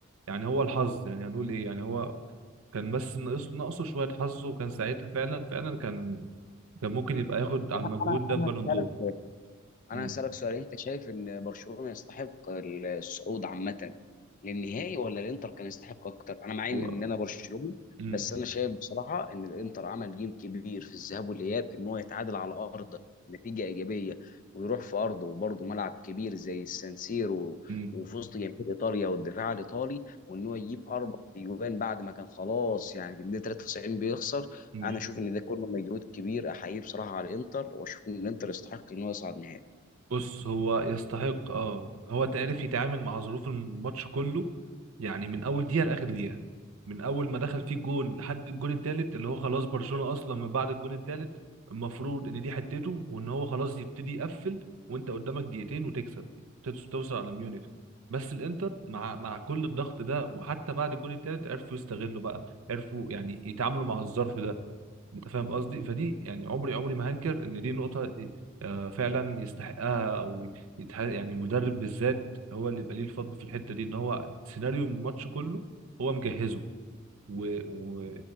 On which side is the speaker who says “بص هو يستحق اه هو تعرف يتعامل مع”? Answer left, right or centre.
Right